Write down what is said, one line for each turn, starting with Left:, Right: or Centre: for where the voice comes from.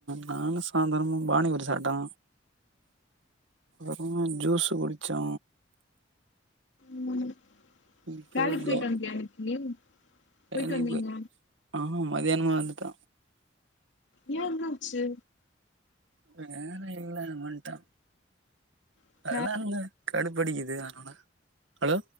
Right: நானு சாந்தனமு பானி பூரி சாப்டோ அப்புற ஜூஸ் குடிச்சோ
Left: ம்
Right: இப்ப
Left: வேலக்கு போயிட்டு
Right: தோ
Left: வன்டியா இன்னைக்கு போயிட்டு
Right: வேலைக்கு
Left: வந்தீங்க
Right: போய் ஆ மதியானமே வந்துட்ட
Left: யா என்னாச்சு
Right: வேல இல்ல வந்ட்ட
Left: வேல
Right: டயர்டாருந்த கடுபடிக்குது அதனால ஹலோ